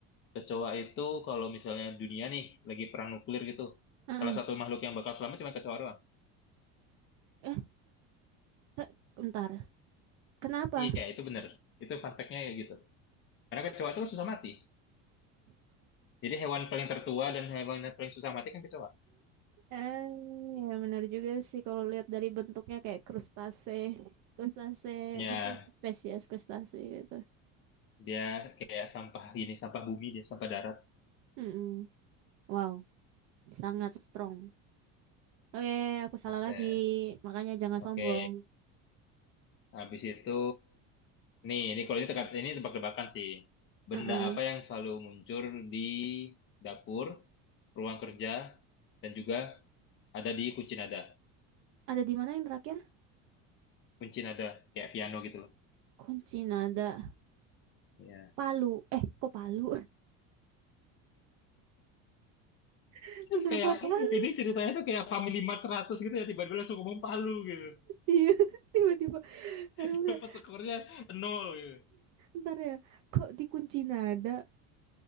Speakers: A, on the left; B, on the right.
A: Kecoa itu kalau misalnya dunia nih lagi perang nuklir gitu,
B: Heeh.
A: salah satu makhluk yang bakal selamat cuma kecoa doang.
B: Eh, ke- bentar. Kenapa?
A: Iya, itu bener. Itu fun fact-nya ya gitu. Karena kecoa
B: I-
A: itu kan susah mati. Jadi hewan paling tertua dan hewan yang paling susah mati kan kecoa.
B: Eh, ya benar juga sih kalau lihat dari bentuknya kayak krustase. Krustase,
A: Ya,
B: maksudnya spesies krustase gitu.
A: dia kayak sampah gini, sampah bumi dia, sampah darat.
B: Mm-mm. Wow, sangat strong. Oke, aku salah
A: Buset.
B: lagi. Makanya jangan
A: Oke,
B: sombong.
A: habis itu, nih, ini kalau ini teka- ini tebak-tebakan sih. Benda
B: Heeh.
A: apa yang selalu muncul di dapur, ruang kerja, dan juga ada di kunci nada.
B: Ada di mana yang terakhir?
A: kunci nada kayak piano gitu loh.
B: Kunci nada.
A: Iya.
B: Palu. Eh, kok Palu? <laughs>
A: <laughs>
B: Kenapa
A: Kayak
B: Palu?
A: ini ceritanya tuh kayak Family Mart 100 gitu ya tiba-tiba langsung ngomong palu gitu.
B: Iya, <laughs> tiba-tiba.
A: <laughs>
B: Aku kayak,
A: Dapat skornya nol gitu.
B: ntar ya, kok dikunci nada?